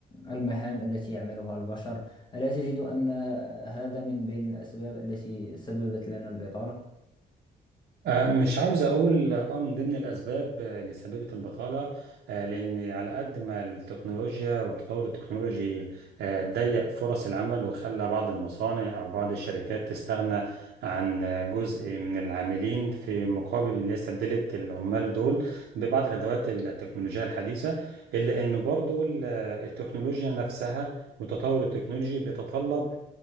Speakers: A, on the left (about 25°); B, on the right (about 75°).
A: المهام التي يعملها البشر ألا تجد أن هذا من بين الأسباب التي سببت لنا البطالة؟
B: آه، مش عاوز اقول اه من ضمن الاسباب آه، اللي سببت البطاله آه، لان على قد ما التكنولوجيا والتطور التكنولوجي آه، ضيق فرص العمل وخلى بعض المصانع او بعض الشركات تستغنى عن آه، جزء من العاملين في مقابل ان هي استبدلت العمال دول ببعض الادوات التكنولوجيه الحديثه الا ان برضو ال- التكنولوجيا نفسها وتطور التكنولوجي بيتطلب